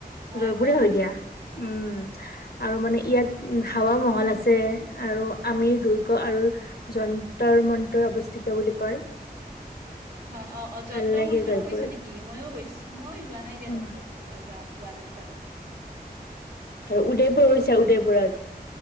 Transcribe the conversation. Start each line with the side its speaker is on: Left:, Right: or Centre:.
Right: হয়',
Left: জয়পুৰে
Right: হয়',
Left: দিয়া উম, আৰু মানে ইয়াত উম, হাৱা মহল আছে আৰু আমি দুৰ্গ আৰু যন্তৰ -মন্তৰ অৱস্থিত ত'বুলি কয়।
Right: হয়, অ', অ', যন্তৰ
Left: ভাল লাগে
Right: মন্তৰো
Left: জয়পুৰত
Right: গৈছা নেকি ময়ো গৈছো মই যোৱা নাই দিয়া
Left: উম,
Right: যন্তৰ মন্তৰ যাত যোৱা যেন পালো।
Left: আৰু উদয়পুৰ গৈছা উদয়পুৰত?